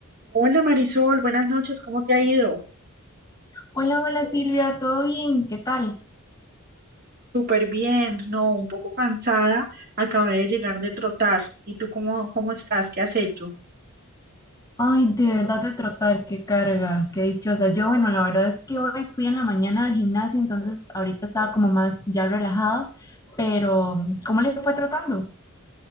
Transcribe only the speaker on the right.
Hola Marisol, buenas noches, ¿cómo te ha ido?
Súper bien, no, un poco cansada, acabé de llegar de trotar. ¿Y tú cómo, cómo estás? ¿Qué has hecho?